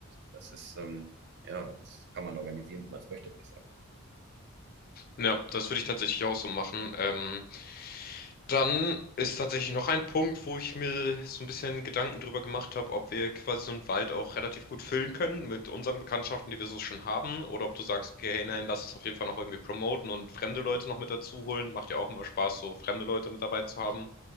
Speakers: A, on the right; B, on the left.
A: Das ist, ähm, ja, das kann man organisieren, wie man es möchte, würde ich sagen.
B: Ja, das würde ich tatsächlich auch so machen. Ähm, dann ist tatsächlich noch ein Punkt, wo ich mir so ein bisschen Gedanken drüber gemacht habe, ob wir quasi so einen Wald auch relativ gut füllen können mit unseren Bekanntschaften, die wir so schon haben, oder ob du sagst, okay, hey, nein, lass es auf jeden Fall noch irgendwie promoten und fremde Leute noch mit dazu holen. Macht ja auch immer Spaß, so fremde Leute mit dabei zu haben